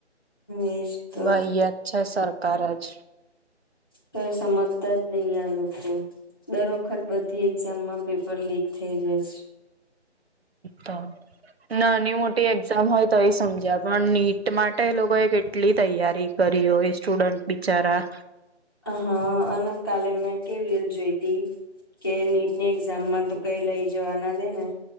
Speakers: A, on the left; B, on the right.
A: એજ તો,
B: વાહિયાત છે સરકાર જ.
A: કઈ સમજતા જ નહી આ લોકો. દર વખત બધી એક્ઝામમાં પેપર લીક થઇ જાય છે.
B: તો. નાની મોટી એક્ઝામ હોય તો એ સમજ્યા પણ નીટ માટે એ લોકોએ કેટલી તૈયારી, કરીયો એ સ્ટુડન્ટ બિચારા.
A: હા અને કાલે મેં કેવી રીલ જોઈતી. કે નીટની એક્ઝામમાં તો કઈ લઈ જવાના દે ને.